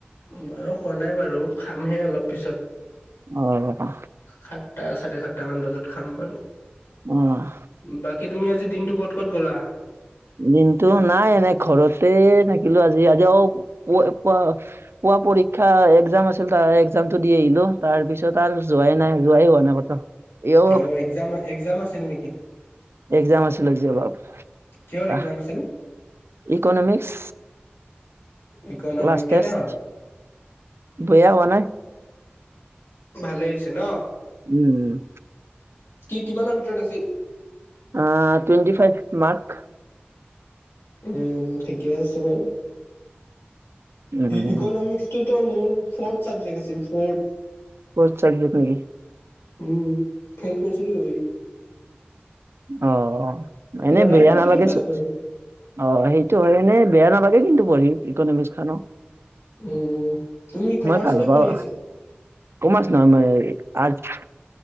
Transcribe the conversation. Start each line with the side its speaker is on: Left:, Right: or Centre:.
Left: মইও খোৱা নাই বাৰু, খামহে অলপ পিছত।
Right: অ'।
Left: সাতটা চাৰে সাতটা মান বজাত খাম বাৰু।
Right: অ'।
Left: বাকী তুমি আজি দিনটো ক'ত ক'ত গ'লা?
Right: দিনটো নাই এনে ঘৰতে থাকিলো আজি আজি অ প প পুৱা পৰীক্ষা এক্জাম আছিল তাৰ এক্জামটো দি আহিলো, তাৰ পিছত আৰু যোৱাই নাই যোৱাই হোৱা নাই ক'তো। এও
Left: অ এক্জাম এক্জাম আছিল নেকি?
Right: এক্জাম আছিল আজি অলপ
Left: কিহৰ
Right: এটা
Left: এক্জাম আছিল?
Right: ইকনমিক্স,
Left: ইকনমিক্স
Right: ক্লাছ
Left: কেনে
Right: টেষ্ট।
Left: হ'ল?
Right: বেয়া হোৱা নাই।
Left: ভালেই হৈছে ন।
Right: উম উম'।
Left: কি কিমানৰ ভিতৰত আছিল?
Right: অঁ টুৱেণ্টি ফাইভ মাৰ্ক।
Left: উম' ঠিকেই আছে বাৰু।
Right: উম
Left: ইকনমিক্সটোতো মোৰ ফৰ্থ ছাবজেক্ট আছিল ফৰ্থ।
Right: ফৰ্থ চাবজেক্ট নেকি?
Left: উম' ফেল কৰিছিলো এবেলি।
Right: অঁ অঁ এনেই
Left: পঢ়াই
Right: বেয়া
Left: নাই এতিয়া
Right: নেলাগিছিল।
Left: কি পাছ কৰিম
Right: অ' সেইটো হয়, এনেই বেয়া নালাগে কিন্তু পঢ়ি ইকনমিক্স খনো।
Left: উম উম, তুমি কমাৰ্চ
Right: ভাল
Left: লৈ
Right: পাওঁ
Left: পঢ়ি আছা।
Right: কমাৰ্চ নহয় মই আৰ্টছ।